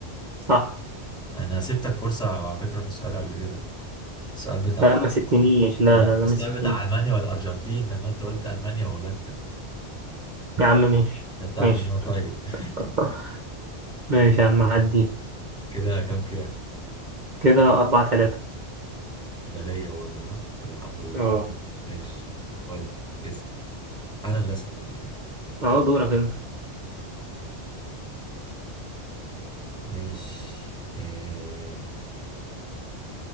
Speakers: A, on the right; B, in the centre.
A: صح
B: أنا سبتك فرصة على فكرة في السؤال قبل كده السؤال بتاع
A: لا ما سبتنيش لا
B: لا
A: لا لا
B: السؤال
A: ما سبتنيش
B: بتاع ألمانيا والأرجنتين لما أنت قلت ألمانيا وهولندا
A: يا عم ماشي
B: عشان تعرف
A: ماشي
B: إن أنا طيب <laughs>
A: <laughs> ماشي يا عم عدي
B: كده كام كام
A: كده أربعة تلاتة
B: ده ليا برضه ها طب الحمد لله
A: اه
B: ماشي ودي اسأل أنا اللي أسأل ولا إيه
A: اه دورك انت
B: ماشي آه...